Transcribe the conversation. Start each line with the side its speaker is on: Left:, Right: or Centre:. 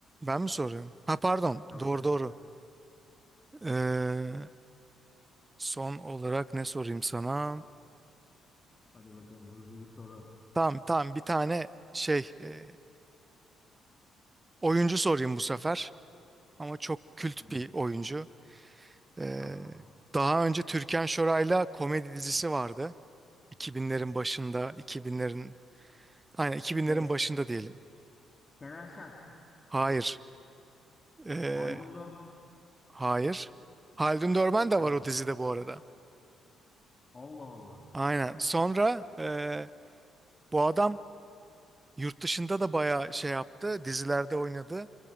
Right: Ben mi soruyorum? Ha pardon.
Left: Tabii
Right: Doğru
Left: tabii.
Right: doğru. Ee, son olarak ne sorayım sana?
Left: Hadi bakalım hızlı bir soru.
Right: Tamam tamam bir tane şey e, oyuncu sorayım bu sefer. Ama çok kült
Left: Tamam.
Right: bir oyuncu. Ee,
Left: Tamam.
Right: daha önce Türkan Şoray'la komedi dizisi vardı. 2000'lerin başında, 2000'lerin aynen 2000'lerin
Left: Şey,
Right: başında diyelim.
Left: Şener Şen.
Right: Hayır. Ee,
Left: Haldun Dorman
Right: hayır. Haldun Dörmen de
Left: var
Right: var
Left: mı?
Right: o dizide bu arada.
Left: Allah Allah.
Right: Aynen. Sonra e, bu adam Yurt dışında da bayağı şey yaptı. Dizilerde oynadı.